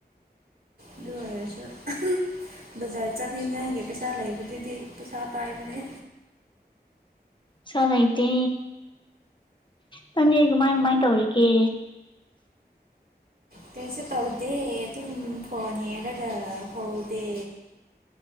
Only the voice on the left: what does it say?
ꯁꯥ ꯂꯩꯇꯦ ꯅꯪꯗꯤ ꯀꯃꯥꯏ ꯀꯃꯥꯏ ꯇꯧꯔꯤꯒꯦ